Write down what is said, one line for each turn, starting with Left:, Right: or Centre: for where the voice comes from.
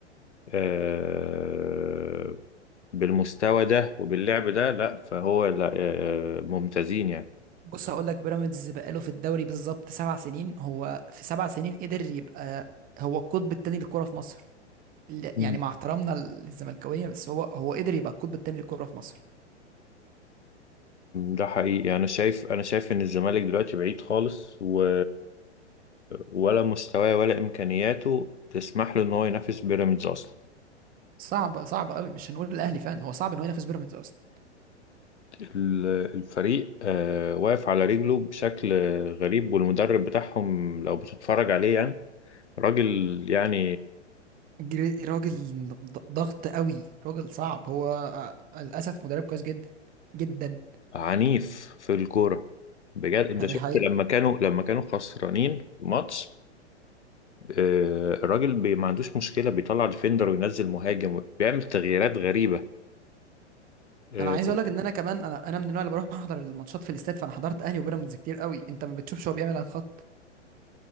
Left: آه، بالمستوى ده وباللعب ده لا فهو لا، آه، آه، ممتازين يعني
Right: بص هقول لك بيراميدز بقاله في الدوري بالظبط سبع سنين هو في سبع سنين قدر يبقى هو القطب الثاني للكرة في مصر ل-
Left: مم.
Right: يعني مع احترامنا للزملكاوية بس هو هو قدر يبقى القطب الثاني للكرة في مصر
Left: ده حقيقي أنا شايف أنا شايف إن الزمالك دلوقتي بعيد خالص و... ولا مستواه ولا إمكانياته تسمح له إن هو ينافس بيراميدز أصلا
Right: صعب صعب قوي مش هنقول الاهلي فان هو صعب ان هو ينافس بيراميدز اصلا
Left: ال- الفريق آه، واقف على رجله بشكل غريب والمدرب بتاعهم لو بتتفرج عليه يعني راجل يعني
Right: جري- راجل ض- ضغط قوي راجل صعب هو آه، للاسف مدرب كويس جدا جدا
Left: عنيف في الكورة بجد انت
Right: حقيقي
Left: شفت لما كانوا لما كانوا خسرانين في ماتش آه، الراجل بي ما عندوش مشكلة بيطلع ديفندر وينزل مهاجم بيعمل تغييرات غريبة اه
Right: انا عايز اقول لك ان انا كمان انا انا من النوع اللي بروح احضر الماتشات في الاستاد فانا حضرت اهلي وبيراميدز كتير قوي انت ما بتشوفش هو بيعمل على الخط